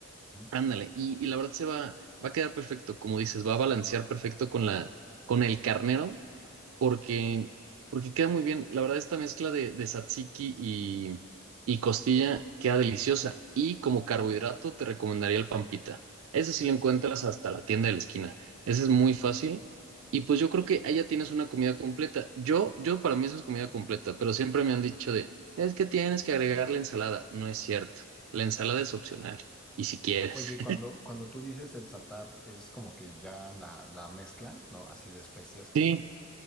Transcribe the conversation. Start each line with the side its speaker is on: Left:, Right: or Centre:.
Centre: Ujú.
Right: Ándale. Y, y la verdad se va, va a quedar perfecto. Como dices, va a balancear perfecto con la, con el carnero porque, porque queda muy bien. La verdad, esta mezcla de, de tzatziki y, y costilla queda deliciosa. Y como carbohidrato, te recomendaría el pampita. Ese sí lo encuentras hasta la tienda de la esquina. Ese es muy fácil. Y pues yo creo que ahí ya tienes una comida completa. Yo, yo para mí eso es comida completa, pero siempre me han dicho de, es que tienes que agregar la ensalada. No es cierto. La ensalada es opcional. Y si quieres.
Centre: Oye, cuando, cuando tú dices el satar, es como que ya la, la mezcla, ¿no? Así de especias que...
Right: <laughs>